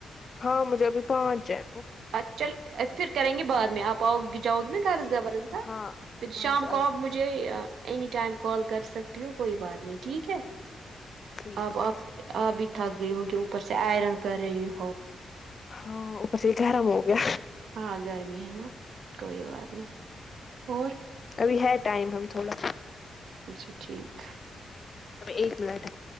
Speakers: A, on the left; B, on the right.
A: ہاں مجھے ابھی پہنچ جائے
B: ا چل پھر کریں گے بعد میں آپ آؤ گ جاؤ گے نا دارس گو
A: ہاں
B: پھر
A: وہاں
B: شام
A: سے
B: کو
A: آ
B: آپ
A: کے
B: مجھے مجے اینی ٹائم کال کر سکتی ہو کوئی بات نہیں ٹھیک ہے
A: ٹھیک
B: اب
A: ہے
B: آپ آب بھی تھک گئی ہوگی اوپر سے آئرن کر رہی ہو
A: ہاں اپر سے گرم ہو گیا
B: ہاں گرمی ہے نا کوئی بات نہیں اور
A: ابھی ہے ٹائم ہم تھوڑا
B: اچھا ٹھیک
A: ایک مینٹ